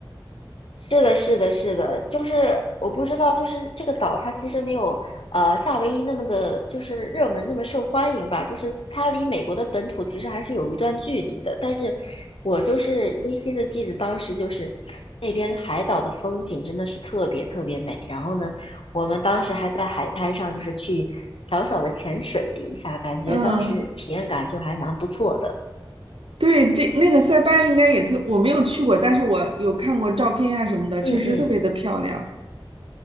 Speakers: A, on the left (about 85°); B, on the right (about 80°).
A: 是的，是的，是的，就是我不知道，就是这个岛它其实没有呃夏威夷那么的，就是热门那么受欢迎吧，就是它离美国的本土其实还是有一段距离的。但是我就是依稀的记得当时就是那边海岛的风景真的是特别特别美。然后呢，我们当时还在海滩上就是去小小的潜水了一下，感觉当时体验感就还蛮不错的。
B: 嗯，对，这那个塞班应该也特，我没有去过，但是我有看过照片啊什么的，
A: 嗯嗯。
B: 确实特别的漂亮。